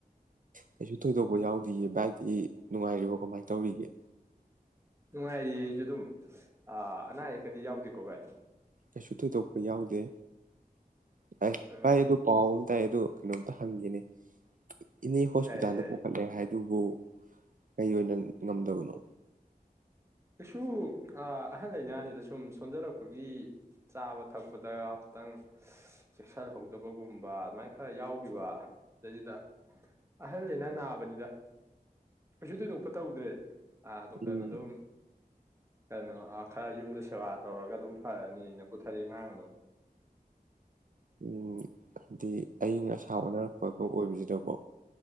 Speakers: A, on the right; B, on the right.
A: ꯀꯩꯁꯨ ꯊꯣꯏꯗꯣꯛꯄ ꯌꯥꯎꯗꯤꯌꯦ ꯚꯥꯏꯗꯤ ꯅꯨꯡꯉꯥꯏꯔꯤꯕꯣ ꯀꯃꯥꯏꯅ ꯇꯧꯔꯤꯒꯦ
B: ꯅꯨꯡꯉꯥꯏꯔꯤꯌꯦ ꯑꯩꯁꯨ ꯗꯨꯝ ꯑ ꯑꯅꯥ ꯑꯌꯦꯛ ꯀꯗꯤ ꯌꯥꯎꯗꯦꯀꯣ ꯚꯥꯏ
A: ꯀꯩꯁꯨ ꯊꯣꯏꯗꯣꯛꯄ ꯌꯥꯎꯗꯦ ꯄꯥꯏ
B: ꯑꯥ
A: ꯄꯥꯏꯌꯦ ꯗꯨ ꯄꯥꯎ ꯇꯥꯏ ꯑꯗꯨ ꯀꯩꯅꯣꯝꯇ ꯍꯪꯒꯦꯅꯦ ꯏꯅꯦ ꯍꯣꯁꯄꯤꯇꯥꯟꯗ
B: ꯌꯥꯏꯌꯦ ꯌꯥꯏꯌꯦ
A: ꯄꯨꯈꯠꯂꯦ ꯍꯥꯏ ꯑꯗꯨꯕꯨ ꯀꯩ ꯑꯣꯏꯅ ꯉꯝꯗꯕꯅꯣ
B: ꯀꯩꯁꯨ ꯑ ꯑꯍꯜ ꯂꯩꯅꯥꯅꯤꯗ ꯁꯨꯝ ꯁꯣꯟꯖꯜꯂꯛꯄꯒꯤ ꯆꯥꯕ ꯊꯛꯄꯗ ꯈꯤꯇꯪ ꯆꯦꯛꯁꯤꯜꯍꯧꯗꯕꯒꯨꯝꯕ ꯑꯗꯨꯃꯥꯏ ꯈꯔ ꯌꯥꯎꯈꯤꯕ ꯗꯩꯗꯨꯗ ꯑꯍꯜ ꯂꯩꯅꯥ ꯅꯥꯕꯅꯤꯗ ꯀꯩꯁꯨ ꯊꯣꯏꯗꯣꯛꯄ ꯇꯧꯗ꯭ꯔꯦ ꯑꯥ ꯗꯣꯛꯇ꯭ꯔꯅ
A: ꯎꯝ
B: ꯗꯨꯝ ꯀꯩꯅꯣ ꯑꯥ ꯈꯔ ꯌꯨꯝꯗ ꯁꯦꯕꯥ ꯇꯧꯔꯒ ꯑꯗꯨꯝ ꯐꯔꯅꯤꯅ ꯄꯨꯊꯔꯛꯑꯦ ꯉꯔꯥꯡ ꯑꯗꯨꯝ
A: ꯎꯝ ꯗꯤ ꯑꯌꯤꯡ ꯑꯁꯥ ꯑꯣꯅꯔꯛꯄꯒ ꯑꯣꯏꯕꯁꯤꯗ ꯑꯣ